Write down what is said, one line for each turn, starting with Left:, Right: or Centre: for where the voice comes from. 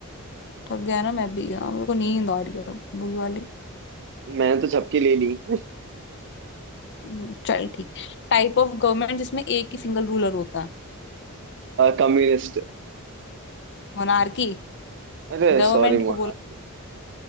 Left: थक गया ना मैं भी यार मेरे को नींद आ रही है अब, बुरी वाली
Right: मैंने तो झपकी ले ली <laughs>
Left: हम्म, चल ठीक टाइप ऑफ गवर्नमेंट जिसमें एक ही सिंगल रूलर होता है
Right: कम्युनिस्ट
Left: मोनार्की
Right: अरे
Left: गवर्नमेंट
Right: सॉरी मोनार्की
Left: को बोला